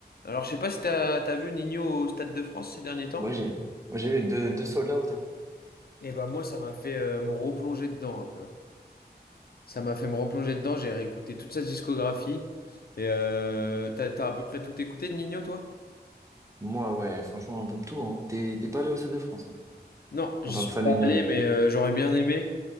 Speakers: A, on the left; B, on the right.
A: Alors, je sais pas si t'as t'as vu Nino au Stade de France ces derniers temps.
B: Ouais, j'ai ouais, j'ai eu deux, deux sold out. hein.
A: Et bah moi, ça m'a fait euh, me replonger dedans un peu. hein. Ça m'a fait me replonger dedans. J'ai réécouté toute sa discographie. Et euh, t'as t'as à peu près tout écouté de Nino, toi?
B: Moi, ouais, franchement, un peu de tout. Hein. T'es t'es pas allé au Stade de France, toi,
A: Non, j'y
B: en tant
A: suis
B: que fan
A: pas
B: de Nino.
A: allé, mais euh, j'aurais bien aimé.